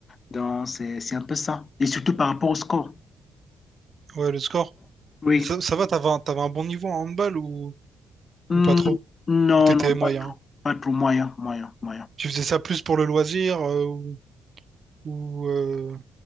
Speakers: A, on the left; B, on the right.
A: Donc, c'est, c'est un peu ça. Et surtout par rapport au score.
B: Ouais, le score.
A: Oui.
B: Et ça, ça va, t'avais un, t'avais un bon niveau en handball ou,
A: Hmm,
B: ou pas trop?
A: non,
B: Ou t'étais
A: non,
B: moyen?
A: pas trop. Pas trop moyen, moyen, moyen.
B: Tu faisais ça plus pour le loisir euh, ou, ou, euh,